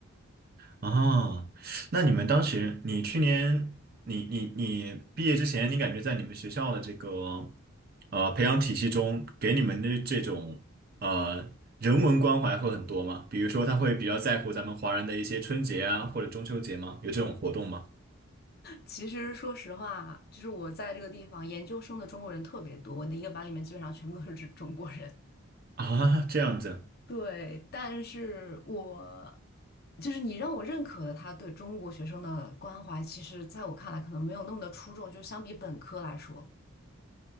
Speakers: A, on the right (about 45°); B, on the left (about 45°).
A: 啊，那你们当时，你去年，你你你毕业之前，你感觉在你们学校的这个呃培养体系中，给你们的这种呃人文关怀会很多吗？比如说，他会比较在乎咱们华人的一些春节啊，或者中秋节吗？有这种活动吗？
B: 其实说实话，就是我在这个地方研究生的中国人特别多，我的一个班里面基本上全部都是中国人。
A: 啊，这样子
B: 对，但是我就是你让我认可的他对中国学生的关怀，其实在我看来可能没有那么的出众，就相比本科来说，